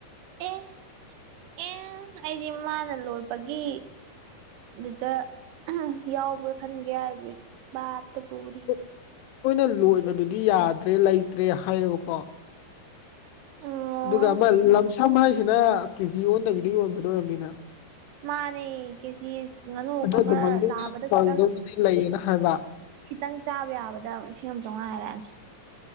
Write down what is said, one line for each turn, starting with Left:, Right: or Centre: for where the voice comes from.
Right: ꯑꯦ ꯑꯦ ꯑꯩꯗꯤ ꯃꯥꯅ ꯂꯣꯏꯕꯒꯤ ꯑꯗꯨꯗ ꯌꯥꯎꯕ꯭ꯔꯥ ꯈꯟꯒꯦ ꯍꯥꯏꯕꯩ ꯚꯥꯞꯇ ꯄꯨꯔꯤ
Left: ꯑꯈꫭꯏꯅ ꯂꯣꯏꯕꯗꯨꯗꯤ ꯌꯥꯗ꯭ꯔꯦ ꯂꯩꯇ꯭ꯔꯦ ꯍꯥꯏꯌꯦꯕꯀꯣ
Right: ꯑꯣ
Left: ꯑꯗꯨꯒ ꯑꯃ ꯂꯝꯁꯝ ꯍꯥꯏꯁꯤꯅ ꯀꯦꯖꯤ ꯑꯣꯟꯕꯤꯗ ꯌꯣꯟꯕꯗꫭ ꯑꯣꯏꯔꯝꯅꯤꯅ
Right: ꯃꯥꯅꯦ ꯀꯦꯖꯤ ꯉꯥꯅꯨ
Left: ꯑꯗꯨ
Right: ꯈꯔ
Left: ꯑꯗꯨꯃꯥꯏꯅ
Right: ꯈꯔ ꯂꯥꯕꯗ
Left: ꯇꯧꯗꯕꯨꯗꯤ
Right: ꯈꯤꯇꯪ
Left: ꯂꯩꯌꯦꯅ ꯍꯥꯏꯕ
Right: ꯈꯤꯇꯪ ꯆꯥꯕ ꯌꯥꯕꯗ ꯂꯤꯁꯤꯡ ꯑꯃ ꯆꯥꯝꯉꯥ ꯍꯥꯏꯔꯛꯑꯅꯤ